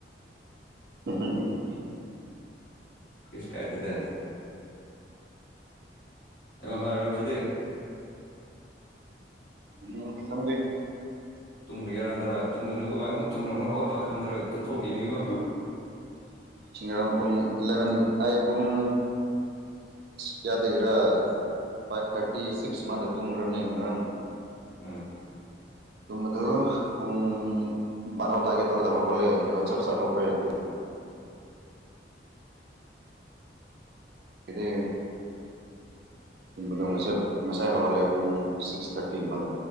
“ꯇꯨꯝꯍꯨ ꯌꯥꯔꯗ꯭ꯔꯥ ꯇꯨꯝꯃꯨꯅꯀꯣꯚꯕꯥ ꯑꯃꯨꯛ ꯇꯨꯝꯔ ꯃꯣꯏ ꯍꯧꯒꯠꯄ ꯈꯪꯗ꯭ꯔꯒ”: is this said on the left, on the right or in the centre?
Left